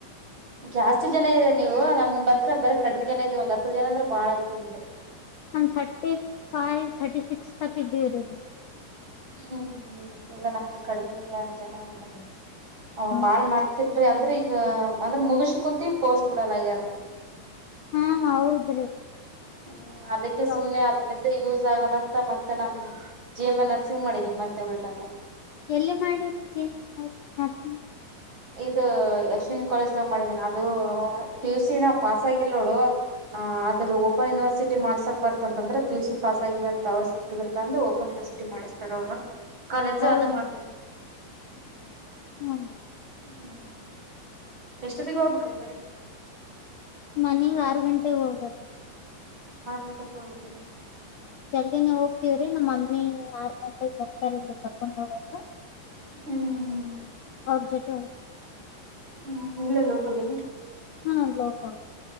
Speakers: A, on the right; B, on the left.
A: ಜಾಸ್ತಿ ಜನ ಇದೀರ ನೀವು ನಮ್ ಹತ್ರ ಬರಿ ಕಡಿಮೆ ಜನ ಇದೀ ಒಂದ ಹತ್ತು ಜನ ಅಂದ್ರ ಬಾಳಯ್ತು ನಮ್ದು
B: ಒಂದ್ ತರ್ಟಿ ಫೈವ್ ತರ್ಟಿ ಸಿಕ್ಸ್ ತಕ್ ಇದೀವಿರಿ
A: ಹ್ಮ್ ಹ್ಮ್ ಇಲ್ಲ ನಮ್ದು ಕಡಿಮೆಯ ಜನ ಅದರಿ ಹ್
B: ಹ
A: ಬಾಳ್ ಮಾಡ್ತಿಲ್ರಿ ಅಂದ್ರೆ ಈಗ ಅಂದ್ರೆ ಮುಗಸ ಕುಂತೀ ಪೋಸ್ಟ್ ಬಿಡಲ್ ಆಗ್ಯಾರ
B: ಹಾ ಹೌದು
A: ಹ್ಮ ಹ್ಮ್ ಅದಕ್ಕೆ ಸುಮ್ನೆ
B: ಹೌದು.
A: ಅದರಿಂದ ಯೂಸ್ ಆಗಲ್ಲ ಅಂತ ಮತ್ತೆ ನಾನ್ ಜಿ ಎಮ್ ಎ ನರ್ಸಿಂಗ್ ಮಾಡಿದೀ ಮತ್ತೆ ಉಲ್ಟಾನ
B: ಎಲ್ಲಿ ಮಾಡಿದು ನೀವು ನರ್ಸಿಂಗ್.
A: ಇದು ಯಶ್ವಿನಿ ಕಾಲೇಜ್ದಾಗ್ ಮಾಡಿದೀನಿ ಅದು ಪಿ ಯು ಸಿನ ಪಾಸ್ ಆಗಿಲ್ ನೋಡು. ಹ ಆದ್ರ ಓಪನ್ ಯನಿವರ್ಸಟಿ ಮಾಡ್ಸಕ್. ಬರ್ತಂತಂದ್ರ ಪಿ ಯು ಸಿ ಪಾಸ್ ಆಗಿವ ಅಂತ ಅವ್ರ ಸರ್ಟಿಫಿಕೇಟ್ ಅಂದು ಓಪನ್ ಯೂನಿವರ್ಸಟಿ ಮಾಡಿಸ್ತಾರ ಅವರು ಕಾಲೇಜು
B: ಹೌದ
A: ಅದು ಮಾಡ್ದ.
B: ಹ್ಮ್
A: ಹ್ಮ್ ಎಷ್ಟೊತ್ತಿಗೆ ಹೋಗ್ಬೇಕ್ರೀ ಮನೆಗೆ.
B: ಮನೆಗೆ ಆರು ಗಂಟೆಗೆ ಹೋಗಬೇಕು.
A: ಆರು ಗಂಟೆಗೆ ಹೋಗಬೇಕಾ.
B: ಜಲ್ದಿನ ಹೋಗ್ತವ್ರಿ ನಮ್ಮ ಮಮ್ಮಿ ಆರ್ ಗಂಟೆಗೆ ಬರ್ತಾರ ಇಲ್ಲಿ ಕರ್ಕೊಂಡ್ ಹೋಗಕ್
A: ಹ್ಮ್
B: ಅವರಜೊತೆ.
A: ಹ್ಮ್ ಇಲ್ಲೆ ಲೋಕಲ್ಲೇನ
B: ಹಾ ಲೋಕಲ್